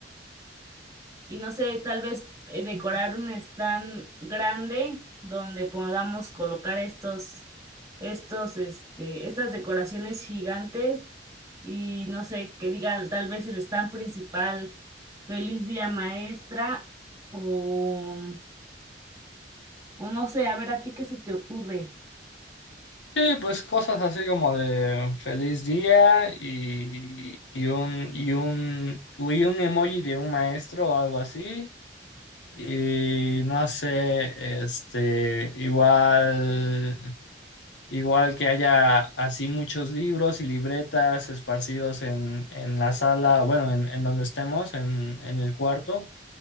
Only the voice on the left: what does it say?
Sí, pues cosas así como de feliz día y, y un, y un, y un emoji de un maestro o algo así. Y no sé, este, igual. Igual que haya así muchos libros y libretas esparcidos en, en la sala, bueno, en, en donde estemos, en, en el cuarto,